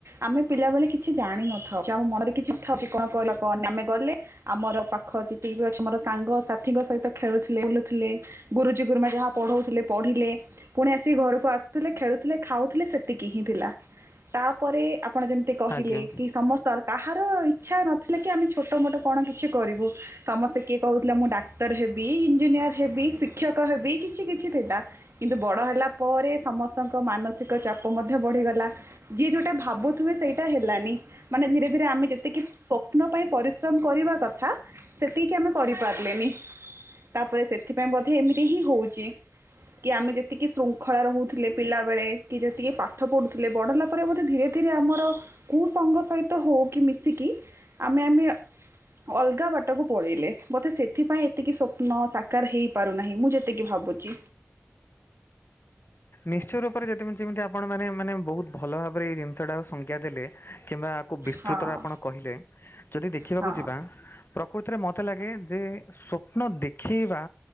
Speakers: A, on the right (about 65°); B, on the left (about 50°).
A: ଆମେ ପିଲାବେଳେ କିଛି ଜାଣିନଥାଉ। ଯେ ଆମ ମନରେ କିଛି ଥାଉ କଣ କହିଲ କ ଆମେ ଗଲେ ଆମର ପାଖ ଯେତିକି ବି ଅଛି ମୋର ସାଙ୍ଗ ସାଥିୀଙ୍କ ସହିତ ଖେଳୁଥିଲେ ଓଲୁଥିଲେ ଗୁରୁଜୀ ଗୁରୁମା ଯାହା ପଢ଼ଉଥିଲେ ପଢ଼ିଲେ। ପୁଣି ଆସିକି ଘରକୁ ଆସୁଥିଲେ ଖେଳୁଥିଲେ ଖାଉଥିଲେ ସେତିକି ହିଁ ଥିଲା। ତାପରେ ଆପଣ ଯେମିତି କହିଲେ
B: ଆଜ୍ଞା।
A: କି ସମସ୍ତର୍ଥ କାହାର ଇଚ୍ଛା ନଥିଲା କି ଆମେ ଛୋଟମୋଟ କଣ କିଛି କରିବୁ ସମସ୍ତେ କିଏ କହୁଥିଲେ ମୁଁ ଡା ଡାକ୍ତର ହେବି, ଇ୍ଜିନିୟର ହେବି, ଶିକ୍ଷକ ହେବି, କିଛି କିଛି ଥିଲା। କିନ୍ତୁ ବଡ଼ ହେଲା ପରେ ସମସ୍ତଙ୍କ ମାନସିକ ଚାପ ମଧ୍ୟ ବଢିଗଲା। ଯିଏ ଯୋଉଟା ଭାବୁଥିବେ ସେଇଟା ହେଲାନି। ମାନେ ଧୀରେ ଧୀରେ ଆମେ ଯେତିକି ସ୍ଵପ୍ନ ପାଇଁ ପରିଶ୍ରମ କରିବା କଥା ଥା ସେତିକି ଆମେ କରିପାରିଲେନି। ତାପରେ ସେଥିପାଇଁ ବ ସେମିତି ହିଁ ହଉଛି। କି ଆମେ ଯେତିକି ଶୃଙ୍ଖଳା ରହୁଥିଲେ ପିଲା ବେଳେ, କି ଯେତିକି ପାଠ ପଢୁଥିଲେ ବଡ ହେଲା ପରେ ବୋଧେ ଧୀରେ ଧୀରେ ଆମର କୁ ସଙ୍ଗ ସହିତ ହଉ କିି ମିଶିକି ଆମେ ଆମେ ଅଲଗା ବାଟକୁ ପଳେଇଲେ ମତେ ସେଥିପାଇଁ ଏତିକି ସ୍ଵପ୍ନ ସାକାର ହେଇ ପାରୁନାହିଁ ମୁଁ ଯେତିକି ଭାବୁଛି।
B: ନିଶ୍ଚୟ ରୂପରେ ଯଦି ମୁଁ ଯେମିତି ଆପଣ ମାନେ ମାନେ ବହୁତ ଭଲ ଭାବରେ ଏଇ ଜିନିଷଟା ସଂଜ୍ଞା ଦେଲେ କିମ୍ବା ଖୁବ୍ ବେସ୍ତତାରେ
A: ହଁ
B: ଆପଣ କହିଲେ ଯଦି ଦେଖିବାକୁ
A: ହଁ
B: ଯିବା ପ୍ରକୃତିରେ ମୋତେ ଲାଗେ ଯେ ସ୍ୱପ୍ନ ଦେଖେଇବା